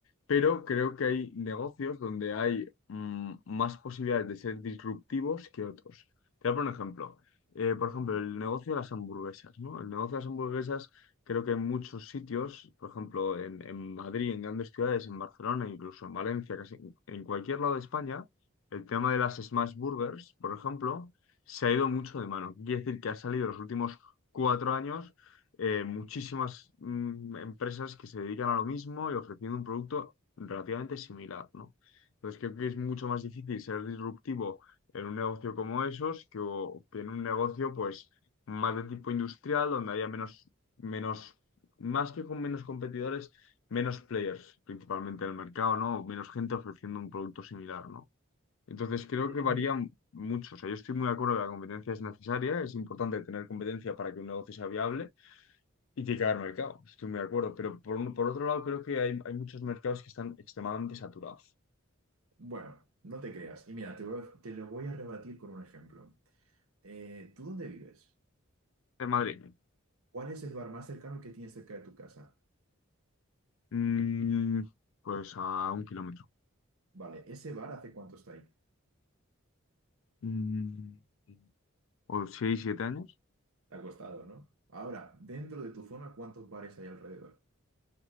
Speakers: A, on the left (about 70°); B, on the right (about 80°).
A: pero creo que hay negocios donde hay mm, más posibilidades de ser disruptivos que otros. Te voy a poner un ejemplo. Eh, por ejemplo, el negocio de las hamburguesas, ¿no? El negocio de las hamburguesas, creo que en muchos sitios, por ejemplo, en, en Madrid, en grandes ciudades, en Barcelona, incluso en Valencia, casi en cualquier lado de España, el tema de las smash burgers, por ejemplo, se ha ido mucho de mano. Quiere decir que ha salido los últimos cuatro años eh, muchísimas mm, empresas que se dedican a lo mismo y ofreciendo un producto relativamente similar, ¿no? Entonces creo que es mucho más difícil ser disruptivo en un negocio como esos que, o- que en un negocio pues más de tipo industrial donde haya menos, menos, más que con menos competidores, menos players principalmente en el mercado, ¿no? Menos gente ofreciendo un producto similar, ¿no? Entonces creo
B: Eh,
A: que varía mu- mucho. O sea, yo estoy muy de acuerdo que la competencia es necesaria, es importante tener competencia para que un negocio sea viable y tiene que haber mercado. Estoy muy de acuerdo. Pero por, un- por otro lado, creo que hay, hay muchos mercados que están extremadamente saturados.
B: Bueno, no te creas. Y mira, te voy a- te lo voy a rebatir con un ejemplo. Eh, ¿tú dónde vives?
A: De Madrid,
B: ¿Cuál es el bar más cercano que tienes cerca de tu casa?
A: mm, pues a un kilómetro.
B: Vale, ¿ese bar hace cuánto está ahí?
A: Mm, o seis siete años,
B: acostado, ¿no? Ahora, dentro de tu zona, ¿cuántos bares hay alrededor?